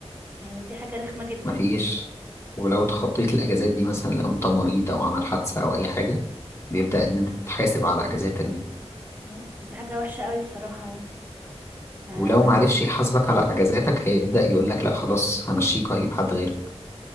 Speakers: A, on the right; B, on the left.
A: يعني دي حاجة رخمة جدا
B: مفيش ولو تخطيت الأجازات دي مثلا لو أنت مريض أو عمل حادثة أو أي حاجة بيبدأ
A: امم
B: إن أنت تتحاسب على أجازاتك دي
A: اه دي حاجة وحشة قوي بصراحة يعني آه
B: ولو معرفش يحاسبك على أجازاتك هيبدأ يقول لك لأ خلاص همشيك وهجيب حد غيرك